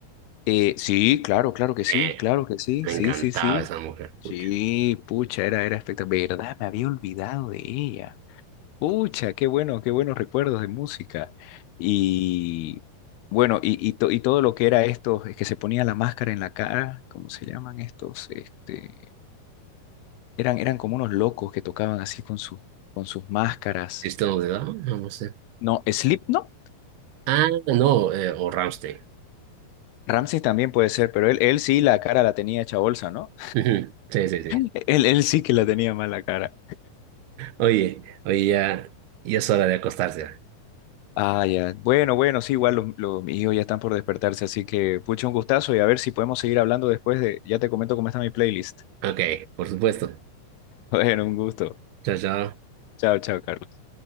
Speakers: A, on the left (about 85°); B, on the right (about 80°).
A: eh, sí, claro, claro que
B: Eh,
A: sí, claro que sí,
B: Me
A: sí,
B: encantaba
A: sí, sí.
B: esa mujer,
A: Sí,
B: pucha.
A: pucha, era, era espectacular. ¿Verdad? Me había olvidado de ella. Pucha, qué bueno, qué buenos recuerdos de música. Y bueno, y, y, to- y todo lo que era esto es que se ponía la máscara en la cara, ¿cómo se llaman estos? Este, eran, eran como unos locos que tocaban así con sus con sus máscaras.
B: ¿System of a Down? No, no sé.
A: No, no,
B: Ah, no, eh, o Rammstein.
A: Ramsey también puede ser, pero él, él sí la cara la tenía hecha bolsa, ¿no?
B: Ujú, Sí, sí, sí.
A: <laughs> Él, él sí que la tenía mal la cara.
B: Oye, oye, ya, ya es hora de acostarse.
A: Ah, ya. Bueno, bueno, sí, igual los, los- mis hijos ya están por despertarse, así que pucha, un gustazo y a ver si podemos seguir hablando después de, ya te comento cómo está mi playlist.
B: Ok, por supuesto.
A: <laughs> Bueno, un gusto.
B: Chao, chao.
A: Chao, chao, Carlos.